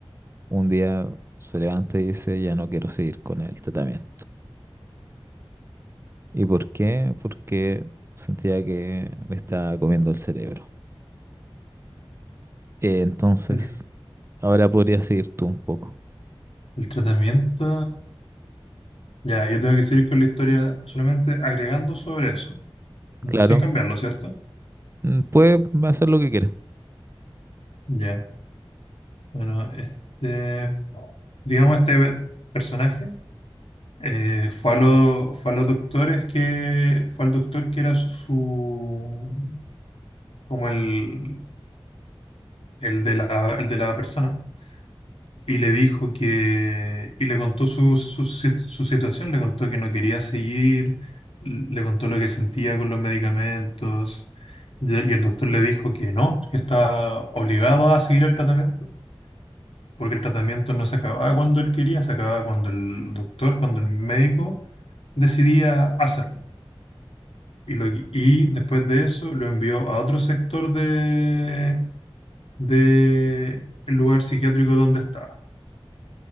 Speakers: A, on the right (about 25°); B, on the left (about 85°).
A: un día se levanta y dice, ya no quiero seguir con el tratamiento. ¿Y por qué? Porque sentía que me estaba comiendo el cerebro. Eh, entonces,
B: El,
A: ahora podría seguir tú un poco.
B: el tratamiento. Ya, yo tengo que seguir con la historia solamente agregando sobre eso, mm,
A: Claro,
B: sin cambiarlo, ¿cierto?
A: mm, puede hacer lo que quiera.
B: Ya. Bueno, este, digamos, este ve- personaje eh, fue a, lo- fue a los doctores que, fue al doctor que era su, su- como el, el de la, el de la persona. y le dijo que, y le contó su, su, si- su situación, le contó que no quería seguir, l- le contó lo que sentía con los medicamentos, y, y el doctor le dijo que no, que está obligado a seguir el tratamiento, porque el tratamiento no se acababa cuando él quería, se acababa cuando el doctor, cuando el médico decidía hacerlo. Y, lo, que- y después de eso lo envió a otro sector de, de el lugar psiquiátrico donde estaba.